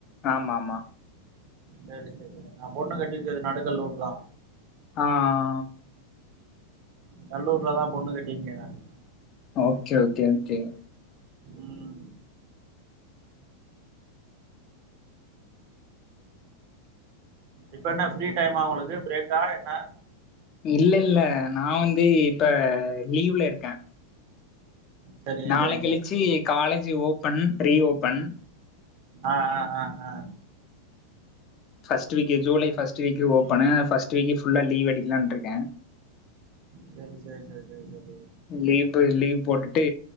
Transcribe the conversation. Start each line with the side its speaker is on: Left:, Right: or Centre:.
Left: ஆமாமா
Right: சேரி சேரி நா பொண்ணு கட்டீர்க்கற்து நடுக்கல்லூரு தா
Left: ஆ ஆ
Right: கல்லூர்லதா பொண்ணு கட்டீர்க்கே நானு
Left: ஓகே ஓகே ஓகே
Right: ம் இப்ப என்ன ஃப்ரீ டைமா உங்களுக்கு ப்ரேக்கா என்ன
Left: இல்லல்ல நா வந்து இப்ப லீவுல இருக்கே
Right: சரிங்க
Left: நாள
Right: சரிங்க
Left: கழிச்சி காலேஜு ஓப்பன் ரீஓப்பன்
Right: ஆ ஆ ஆ ஆ
Left: ஃபஸ்ட்டு வீக்லே ஜூலை ஃபஸ்ட்டு வீக்ல ஓப்பனு ஃபஸ்ட்டு வீக்கு ஃபுல்லா லீவு எடுக்கலான்ட்ருக்கே
Right: செரி செரி சேர் சேர் செரி
Left: லீப்பு லீவ் போட்டுட்டு